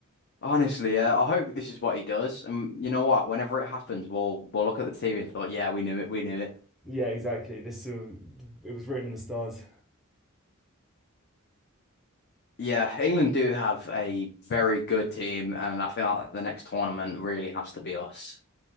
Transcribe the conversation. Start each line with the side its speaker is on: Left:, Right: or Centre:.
Left: Honestly, yeah. I hope this is what he does. And you know what? Whenever it happens, we'll we'll look at the TV and thought, yeah, we knew it, we knew it.
Centre: Yeah, exactly. This will, it was written in the stars.
Left: Yeah, England do have a very good team, and I feel like the next tournament really has to be us.